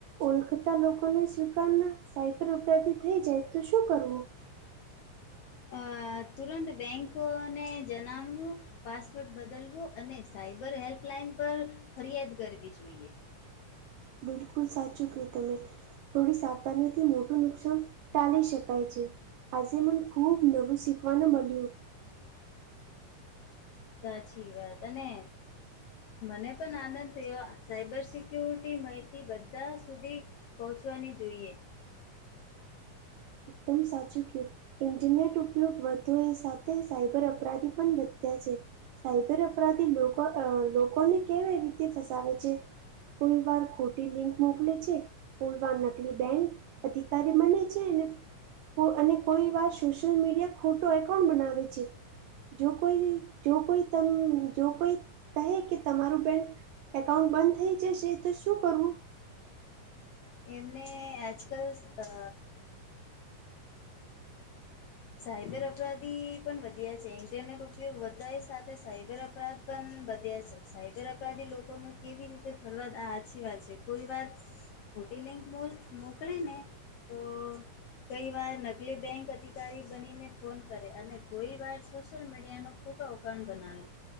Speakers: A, on the right; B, on the left.
A: ઓળખતા લોકોને સ્વીકાર ના સાયબર અપરાધી થઈ જાય તો શું કરવું
B: અ તુરંત બેંક ને જણાવવું પાસવર્ડ બદલવો અને સાયબર હેલ્પલાઇન પર ફરિયાદ કરવી જોઈએ
A: બિલકુલ સાચું કહ્યું તમે થોડી સાવતાની થી મોટું નુકસાન ટાલી શકાય છે આજે મને ખુબ નવું શીખવાનું મળ્યું
B: સાચી વાત અને મને પણ આનંદ થયો સાયબર સિક્યુરિટી માહિતી બધા સુધી પહોંચવાની જોઈએ
A: એકદમ સાચું કયું ઇન્ટરનેટ ઉપયોગ વધો એ સાથે સાયબર અપરાધી પણ વધ્યા છે. સાયબર અપરાધી લોકો અ લોકોને કેવી રીતે ફસાવે છે. કોઈ વાર ખોટી લિંક મોકલે છે. ખુલવા નકલી બેંક અધિકારી બને છે ને કો અને કોઈ વાર સોશિયલ મીડિયા ખોટો એકાઉન્ટ બનાવે છે. જો કોઈ જો કોઈ તમ જો કોઈ કહે કે તમારું બેંક એકાઉન્ટ બંધ થઈ જશે તો શું કરવું
B: એમને આજકાલ અ સાયબર અપરાધી પણ વધ્યા છે ઇન્ટરનેટ ઉપયોગ વધાયે સાથે સાયબર અપરાધ પન વધ્યા છે સાયબર અપરાધી લોકોનો કેવી રીતે ફરવાદ આ હાચી વાત છે કોઈ વાર ખોટી લિંક મુલ્ક મોકલે ને તો કોઈ વાર નકલી બેંક અધિ અધિકારી બની ને ફોન કરે અને કોઈ વાર સોશિયલ મીડિયાનો ખોટો અકાઉન્ટ બનાવે.